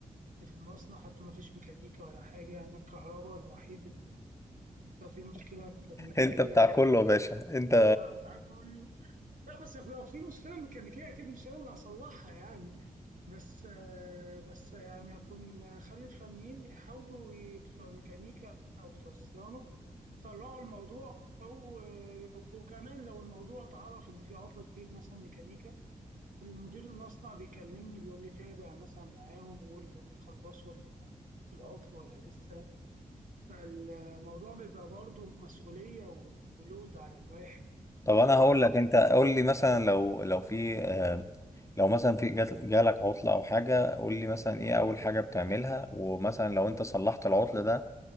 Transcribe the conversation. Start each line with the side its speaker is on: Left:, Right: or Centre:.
Right: اللي في المصنع حتى ما فيش ميكانيكا ولا حاجة أنا الكهرباء الوحيد اللي لو في مشكلة ميكانيكية
Left: انت بتاع كله يا باشا انت
Right: <laughs> هزعل كله لا بس لو في مشكلة ميكانيكية أكيد مش أنا اللي هصلحها يعني بس آه، بس يعني هكون خلي الفنيين يحاولوا ي- بتوع الميكانيكا أو بتوع الصيانة يسرعوا الموضوع أو آه، وكمان لو الموضوع اتعرف إن في عطل كبير مثلا ميكانيكا المدير المصنع بيكلمني بيقول لي تابع مثلا معاهم وقول هم خلصوا ال- العطل ولا لسه فالموضوع بيبقى برضه مسؤولية و- ولود على الواحد
Left: <laughs> طب انا
Right: وضغط
Left: هقول لك انت قول لي مثلا لو لو في آه، لو مثلا في جات- جالك عطله او حاجه قول لي مثلا ايه اول حاجه بتعملها ومثلا لو انت صلحت العطل ده